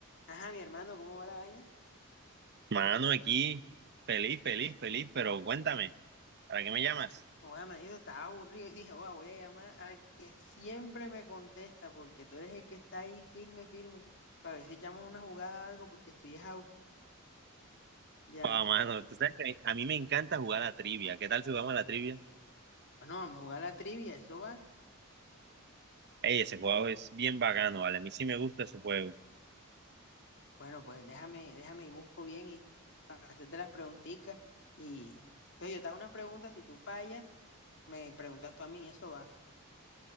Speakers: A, on the left (about 55°); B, on the right (about 50°).
A: Ajá, mi hermano, ¿cómo va la vaina?
B: Mano, aquí, feliz, feliz, feliz, pero cuéntame, ¿para qué me llamas?
A: Oiga, manito, estaba aburrido y dije, oiga, voy a llamar al que siempre me contesta, porque tú eres el que está ahí firme, firme, para ver si echamos una jugada o algo, porque estoy es aburrido. Ya,
B: Ah, mano, tú sabes que a mí me encanta jugar a la trivia. ¿Qué tal si jugamos a la trivia?
A: bueno, vamos a jugar la trivia, ¿eso va?
B: Ey, ese juego es bien bacano, vale. A mí sí me gusta ese juego.
A: Bueno, pues déjame, déjame y busco bien y para hacerte las preguntitas. Y entonces yo te hago unas preguntas, si tú fallas, me preguntas tú a mí, eso va.